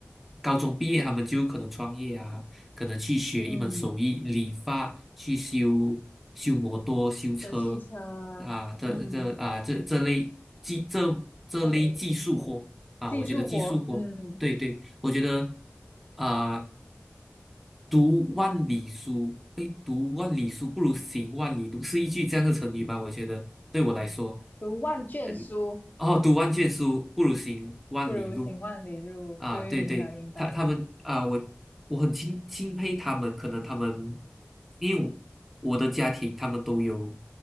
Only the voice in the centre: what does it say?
高中毕业，他们就可能创业啊，可能去学一门手艺，
理发，去修修摩托、修车
啊，这这啊这这类技这这类技术活啊，
我觉得技术活，
对对，我觉得啊，读万里书，哎，读万里书不如行万里路，是一句这样的成语吧？我觉得对我来说。
嗯哦，读万卷书不如行万里路
啊！
对对，
他他们啊，我我很钦钦佩他们，可能他们因为我我的家庭，他们都有